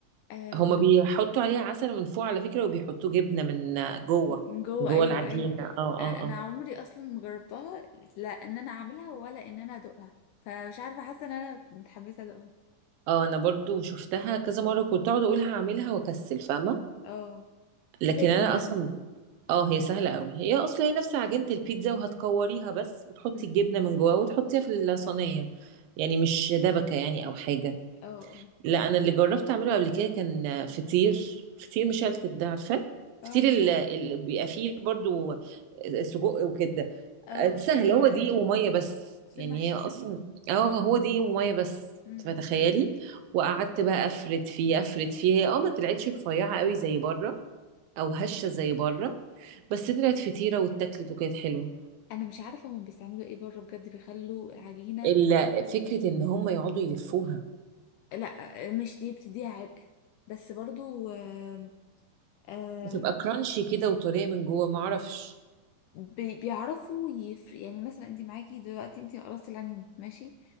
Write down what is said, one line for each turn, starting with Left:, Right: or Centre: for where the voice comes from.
Left: آم،
Right: هما بيحطوا عليها عسل من فوق على فكره وبيحطوا جبنه من جوه
Left: من جوه
Right: جوه
Left: ايوه
Right: العجينه
Left: ايوه
Right: اه اه
Left: آه، انا
Right: اه
Left: عمري اصلا ما جربتها لا ان انا اعملها ولا ان انا ادوقها فمش عارفه حاسه ان انا متحمسه ادوقها
Right: اه انا برضو شفتها كذا مره كنت اقعد اقول هعملها واكسل فاهمه
Left: اه
Right: لكن
Left: بس هي سهلة
Right: انا اصلا اه هي سهلة قوي هي اصلا هي نفس عجينة البيتزا وهتكوريها بس وتحطي
Left: امم
Right: الجبنة من جواها وتحطيها في الصينية يعني مش دبكة يعني او حاجة
Left: اه اه
Right: لا انا اللي جربت اعمله قبل كده كان فطير فطير مشلتت ده عارفة
Left: اه
Right: فطير
Left: عارفة
Right: اللي, اللي بيبقى فيه برضو سجق وكده
Left: او
Right: آه،
Left: فطير
Right: سهل هو دقيق
Left: آه،
Right: ومية بس
Left: فطير
Right: يعني
Left: محشي
Right: هي اصلا اه هو دقيق ومية بس
Left: امم
Right: فتخيلي وقعدت بقى افرد فيه افرد فيه هي اه ما طلعتش رفيعة قوي زي بره او هشة زي بره بس طلعت فطيرة واتاكلت وكانت حلوة
Left: انا مش عارفه هم بيستعملوا ايه بره بجد بيخلوا العجينه
Right: ال- فكرة ان هم يقعدوا يلفوها
Left: لا مش دي بتديها عرق بس برضو آه آه
Right: بتبقى كرانشي كده وطرية من جوه ما اعرفش
Left: بي- بيعرفوا يفرق يعني مثلا انت معاكي دلوقتي انت قرصتي العجينه ماشي